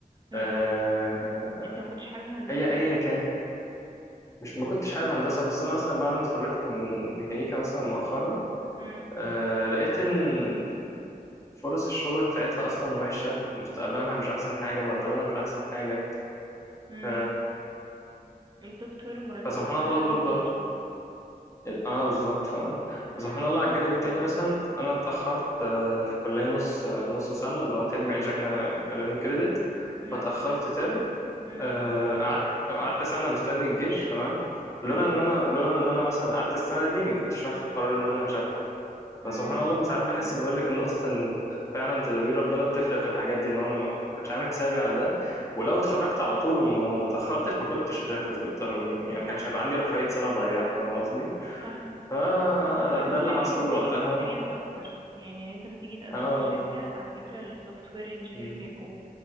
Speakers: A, on the right (about 30°); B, on the left (about 20°).
A: مم.
B: آه،
A: انت ما كنتش حابب هندسة
B: اي
A: اصلا
B: ايا كان مش ما كنتش حابب هندسة بس أنا مثلا بعد ما اتخرجت من ميكانيكا مثلا مؤخرا
A: مم.
B: آه لقيت إن فرص الشغل بتاعتها أصلا وحشة مستقبلها مش أحسن حاجة مرتباتها مش أحسن حاجة
A: مم.
B: ف...
A: السوفت وير مرتباتهم
B: فسبحان
A: احلى
B: الله برضه
A: بكتير
B: اه بالظبط فاهم
A: مم.
B: فسبحان الله على الجانب التاني مثلا أنا اتأخرت آه في الكلية نص آه نص سنة اللي هو ترم يعني عشان احنا شغالين كريدت
A: مم.
B: فاتأخرت ترم
A: مم.
B: آه قعدت قعدت سنة مستني الجيش تمام
A: مم.
B: لولا ان انا لولا ان انا مثلا قعدت السنه دي ما كنتش هاخد قرار ان انا هشغل
A: مم.
B: بس سبحان الله ساعات بحس بقول لك النقطة إن فعلا تدابير ربنا بتفرق في الحاجات دي إن هو أنا ما كنتش عامل حسابي على ده ولو اتخرجت على طول وما وما اتأخرتش ما كنتش هشفت كنت هرم- يعني ما
A: صح
B: كانش هيبقى عندي رفاهية سنة أضيعها فاهم قصدي؟
A: صح صح
B: فده
A: وعلى فكرة
B: اللي حصل
A: دي هتديك
B: وقتها
A: experience اكتر يعني ان انت لما تيجي تقدم
B: آه
A: في شركة على فكرة السوفت وير انجينير
B: م-
A: بيبقوا